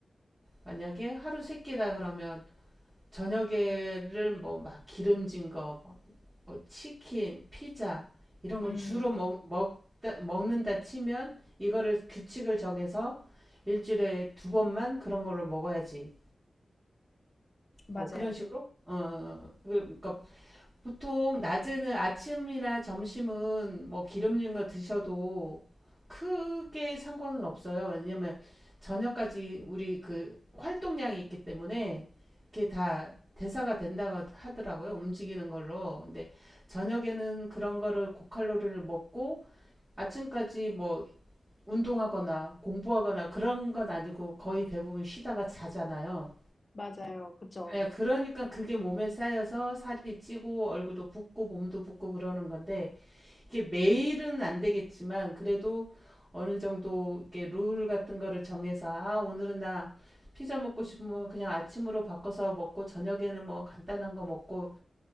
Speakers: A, on the right (about 15°); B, on the left (about 30°).
A: 만약에 하루 세 끼다 그러면 저녁에를 뭐 막 기름진 거, 뭐, 뭐 치킨, 피자 이런 걸
B: 음,
A: 주로 먹, 먹다, 먹는다 치면 이거를 규칙을 정해서 일주일에 두 번만 그런 걸로 먹어야지.
B: 맞아요.
A: 뭐 그런 식으로. 어, 어, 어. 그, 그러니까 보통 낮에는 아침이나 점심은 뭐 기름진 거 드셔도 크게 상관은 없어요. 왜냐면 저녁까지 우리 그 활동량이 있기 때문에 그게 다 대사가 된다고 하더라고요. 움직이는 걸로. 근데 저녁에는 그런 거를 고칼로리를 먹고 아침까지 뭐 운동하거나 공부하거나 그런 건 아니고 거의 대부분 쉬다가 자잖아요.
B: 맞아요. 그죠?
A: 예, 그러니까 그게 몸에 쌓여서 살이 찌고 얼굴도 붓고 몸도 붓고 그러는 건데 이게 매일은 안 되겠지만 그래도 어느 정도 이렇게 룰 같은 거를 정해서 아, 오늘은 나 피자 먹고 싶으면 그냥 아침으로 바꿔서 먹고 저녁에는 뭐 간단한 거 먹고